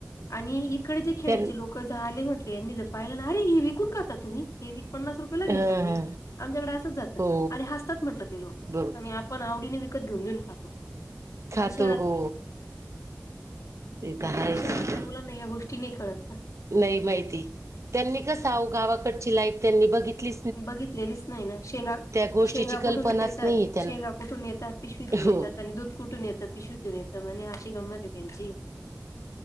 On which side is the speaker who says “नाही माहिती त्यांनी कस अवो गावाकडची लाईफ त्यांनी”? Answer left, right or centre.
Right